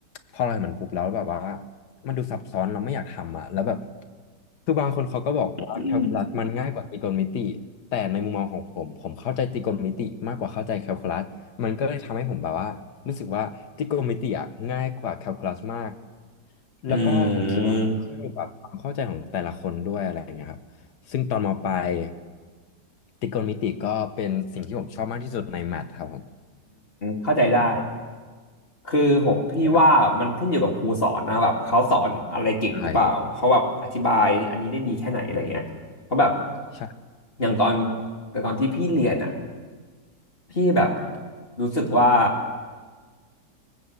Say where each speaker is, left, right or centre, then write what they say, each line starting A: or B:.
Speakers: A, on the left (about 65°); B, on the left (about 30°).
A: พอเราเห็นมันปุ๊บแล้วแบบว่ามันดูซับซ้อนเราไม่อยากทำอ่ะแล้วแบบคือบางคนเขาก็บอกว่าแคลคูลัสมันง่ายกว่าตรีโกณมิติแต่ในมุมมองของผมผมเข้าใจตรีโกณมิติมากกว่าเข้าใจแคลคูลัสมันก็เลยทำให้ผมแบบว่ารู้สึกว่าตรีโกณมิติอ่ะง่ายกว่าแคลคูลัสมาก
B: <laughs>
A: แล้วก็ผมคิดว่าขึ้นอยู่กับความเข้าใจของแต่ละคนด้วยอะไรอย่างเงี้ยครับซึ่งตอนมปลาย
B: อืม
A: ตริโกณมิติก็เป็นสิ่งที่ผมชอบมากที่สุดในแมทครับผม
B: เข้าใจได้ คือผมพี่ว่ามันขึ้นอยู่กับครูสอนนะแบบเขาสอนอะไรเก่งหรือเปล่าเขาแบบอธิบายอันนี้ได้ดีแค่ไหนอะไรเงี้ยเพราะแบบ
A: ครับใช่ครับใช่
B: อย่างตอนแต่ตอนที่พี่เรียนอ่ะพี่แบบรู้สึกว่า